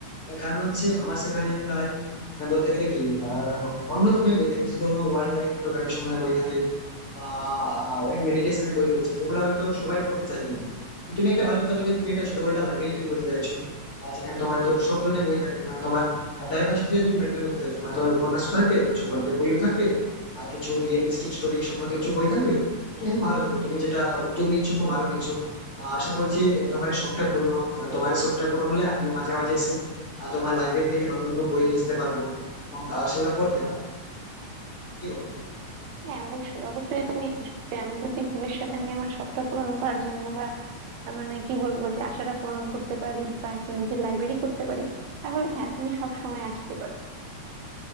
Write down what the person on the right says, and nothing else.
হ্যাঁ অবশ্যই অবশ্যই তুমি আসবে আমি যদি ভবিষ্যতে আমি আমার শখটা পূরণ করার জন্য বা আহ, মানে কি বলবো যে আশাটা পূরণ করতে পারি বা একটা নিজের লাইব্রেরি করতে পারি তাহলে হ্যাঁ তুমি সব সময় আসতে পারো